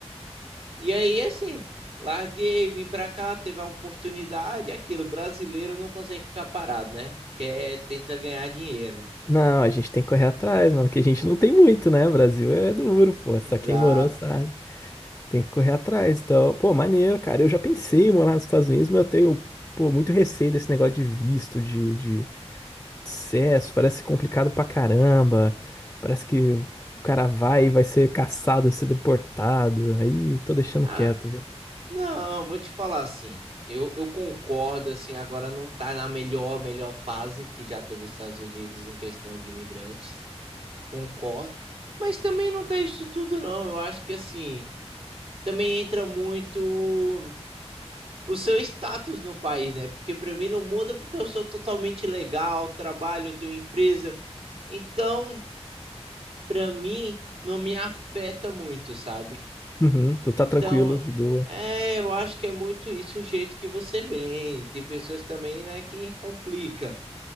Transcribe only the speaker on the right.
E aí, assim, larguei, vim pra cá, teve a oportunidade, aquilo, brasileiro não consegue ficar parado, né? Quer, tenta ganhar dinheiro.
Pô,
Exato.
Ah,
não, vou te falar assim. Eu, eu concordo, assim, agora não tá na melhor, melhor fase que já teve os Estados Unidos em questão de imigrantes. Concordo. Mas também não tá isso tudo, não. Eu acho que, assim, também entra muito. o seu status no país, né? Porque para mim não muda porque eu sou totalmente legal, trabalho, tenho empresa. Então, para mim não me afeta muito, sabe?
Então,
é, eu acho que é muito isso o jeito que você vem. Tem pessoas também, né, que complica.